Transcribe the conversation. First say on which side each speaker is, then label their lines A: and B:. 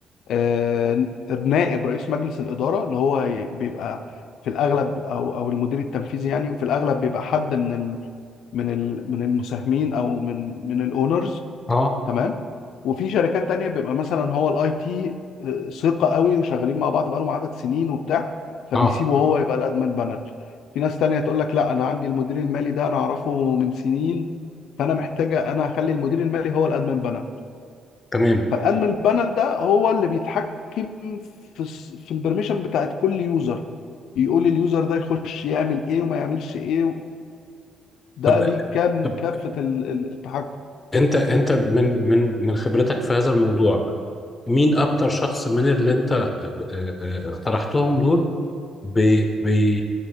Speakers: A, on the left; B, on the left.
A: آه، نائب رئيس مجلس الاداره اللي هو ي- بيبقى في الاغلب او او المدير التنفيذي يعني وفي الاغلب بيبقى حد من ال من ال من المساهمين او من من الاونرز
B: اه
A: تمام وفي شركات تانية بيبقى مثلا هو الاي تي آه، ثقة قوي وشغالين مع بعض بقالهم عدد سنين وبتاع فبيسيبه
B: اه
A: هو يبقى الادمن بانل في ناس تانية تقول لك لا انا عندي المدير المالي ده انا اعرفه من سنين فانا محتاجة انا اخلي المدير المالي هو الادمن بانل
B: تمام
A: فالادمن بانل ده هو اللي بيتحكم في الس- في البرميشن بتاعت كل يوزر يقول اليوزر ده يخش يعمل ايه وما يعملش ايه ده
B: طب
A: ليه كام
B: طب
A: كافة ال- ال- التحكم
B: انت انت من من من خبرتك في هذا الموضوع مين اكتر شخص من اللي انت اه، اه، اقترحتهم دول بي بي